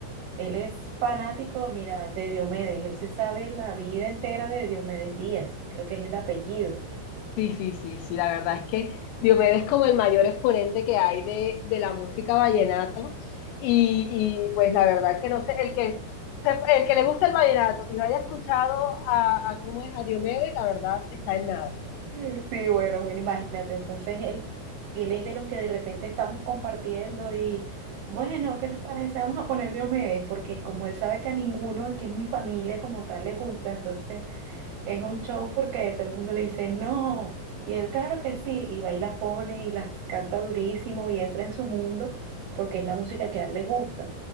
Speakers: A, on the right; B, on the left.
A: Él es fanático, mira, de Diomedes. Él se sabe la vida entera de Diomedes Díaz. Creo que es el apellido.
B: Sí, sí, sí, sí, la verdad es que Diomedes es como el mayor exponente que hay de, de la música vallenato y, y, pues la verdad que no sé, el que, se- el que le gusta el vallenato y no haya escuchado a, a cómo es a Diomedes, la verdad está en nada.
A: Eh, Sí, bueno, bueno, imagínate. Entonces él, él es de los que de repente estamos compartiendo y, bueno, ¿qué les parece? Vamos a poner Diomedes, porque como él sabe que a ninguno que es mi familia como tal le gusta, entonces Es un show porque todo el mundo le dice no, y él claro que sí, y va y las pone y las canta durísimo y entra en su mundo porque es la música que a él le gusta.